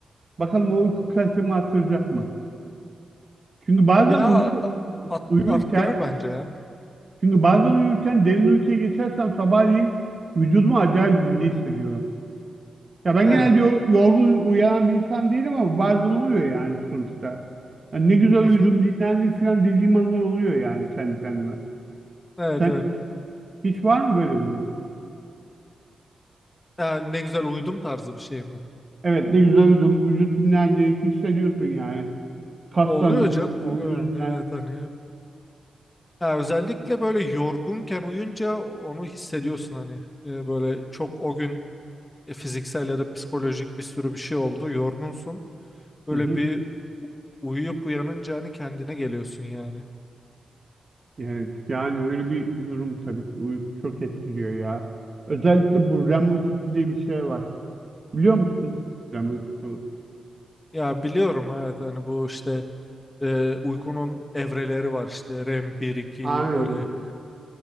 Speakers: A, on the right; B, on the left.
A: Bakalım o uyku kalitemi arttıracak mı? Çünkü bazen
B: ya
A: uyu-
B: at-
A: uyurken
B: arttırır bence ya.
A: çünkü bazen uyurken derin uykuya geçersem sabahleyin vücudumu acayip zinde hissediyorum. Ya ben
B: Evet.
A: genelde yo- yorgun uyanan bir insan değilim ama bazen oluyor yani sonuçta. Hani ne güzel uyudum,
B: Hı hı.
A: dinlendim falan dediğim anlar oluyor yani kendi kendime.
B: Evet
A: Sen
B: evet.
A: hiç var mı böyle bir durum?
B: Ya ne güzel uyudum tarzı bir şey mi?
A: Evet ne güzel uyudum, vücut dinlendi, hissediyorsun yani. Kastan
B: Oluyor canım
A: vücudun
B: oluyor yani evet hani ya özellikle böyle yorgunken uyunca onu hissediyorsun hani E, böyle çok o gün e, fiziksel ya da psikolojik bir sürü bir şey oldu yorgunsun böyle
A: Hı hı.
B: bir u- uyuyup uyanınca hani kendine geliyorsun yani
A: Evet yani öyle bir durum tabii ki uyku çok etkiliyor ya. Özellikle bu REM uykusu diye bir şey var. Biliyor musun REM uykusunu?
B: ya biliyorum evet hani bu işte e, uykunun evreleri var işte REM bir 2
A: Aynen.
B: öyle